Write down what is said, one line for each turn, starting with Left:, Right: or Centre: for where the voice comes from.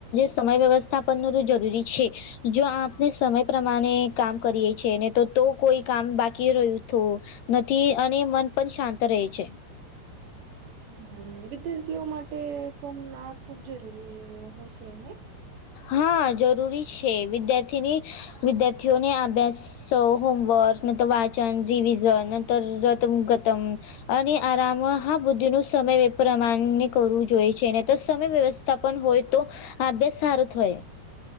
Left: સમય વ્યવસ્થાપનનું જરૂરી છે જો આપ આપને સમય પ્રમાણે કામ કરીએ છી ને તો તો કોઈ કામ બાકી રહ્યું તો નથી અને મન પણ શાંત રહે છે.
Right: હમ વિદ્યાર્થીઓ માટે પણ આ ખુબ જરૂરી હશે ને.
Left: હા જરૂરી છે વિદ્યાર્થીની વિદ્યાર્થીઓને અભ્યાસ સો હોમવર્ક નંતર વાચન રીવિઝન નંતર રતમ ગતમ અને આરામ હા બુદ્ધિ નું સમય પ્રમાણે કરવું જોઈએ છેને તો સમય વ્યવ સ્થાપન હોય તો આભ્યાસ સારો થય.